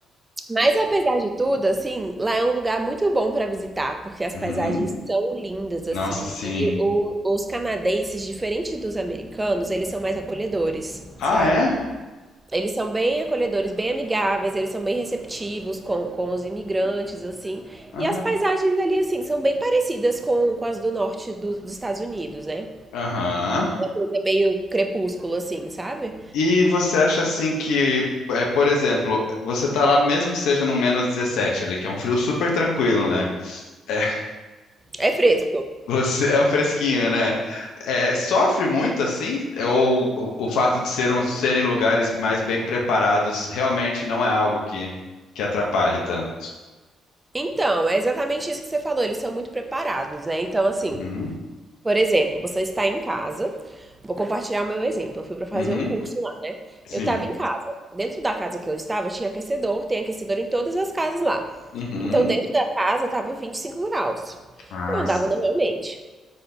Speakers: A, on the right; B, on the left.
A: Mas apesar de tudo, assim, lá é um lugar muito bom para visitar, porque as
B: Uhum.
A: paisagens são lindas,
B: Nossa,
A: assim.
B: sim.
A: E o- os canadenses, diferente dos americanos, eles são mais acolhedores,
B: Ah,
A: sabe?
B: é?
A: Eles são bem acolhedores, bem amigáveis, eles são bem receptivos com, com os imigrantes, assim.
B: Ah,
A: E as paisagens ali, assim, são bem parecidas com, com as do norte do- dos Estados Unidos, né?
B: Aham.
A: É Uma coisa meio crepúsculo, assim, sabe?
B: E você acha assim que, é, por exemplo, você tá lá mesmo que seja no menos 17, ali, que é um frio super tranquilo, né? É, <laughs>
A: É fresco.
B: Você é um fresquinho, né? É, sofre muito assim? É, Ou o, o fato de ser um- serem lugares mais bem preparados realmente não é algo que, que atrapalhe tanto?
A: Então, é exatamente isso que você falou, eles são muito preparados, né? Então, assim.
B: Uhum.
A: Por exemplo, você está em casa. Vou compartilhar o meu exemplo. Eu fui para fazer
B: Uhum.
A: um curso lá, né?
B: Sim.
A: Eu estava em casa. Dentro da casa que eu estava, tinha aquecedor, tem aquecedor em todas as casas lá.
B: Uhum.
A: Então, dentro da casa, estava 25 graus.
B: Ah,
A: Eu andava
B: sim.
A: normalmente.